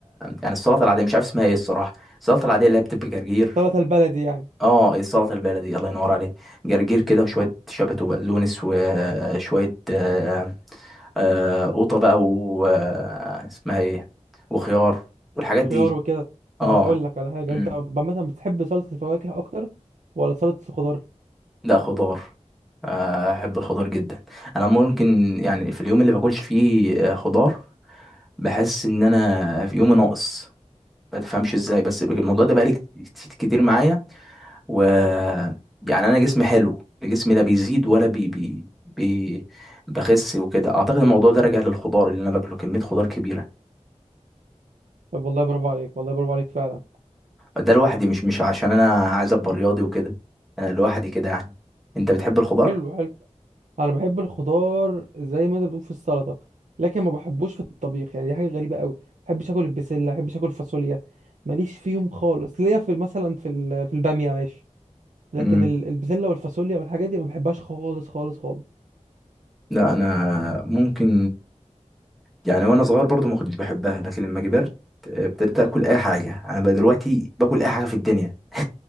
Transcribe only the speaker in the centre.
يعني السلطه العاديه مش عارف اسمها ايه الصراحه السلطه العاديه اللي هي بتبقى جرجير
اه إيه السلطه البلدي الله ينور عليك جرجير كده وشويه شبت وبقدونس وشويه آه، آه، قوطه بقى و آه، اسمها ايه وخيار والحاجات
دي
اه
امم
لا خضار آه، احب الخضار جدا انا ممكن يعني في اليوم اللي باكلش فيه آه، خضار بحس ان انا في يوم ناقص ما تفهمش ازاي بس الموضوع ده بقالي كت- كتير معايا و يعني انا جسمي حلو جسمي لا بيزيد ولا بي بي, بي... بخس وكده اعتقد الموضوع ده راجع للخضار اللي انا باكله كميه خضار كبيره
ده لوحدي مش مش عشان انا عايز ابقى رياضي وكده انا لوحدي كده يعني انت بتحب الخضار
امم
لا انا ممكن يعني وانا صغير برضو ما كنتش بحبها لكن لما كبرت آه، ابتديت اكل اي حاجه انا بقى دلوقتي باكل اي حاجه في الدنيا <laughs>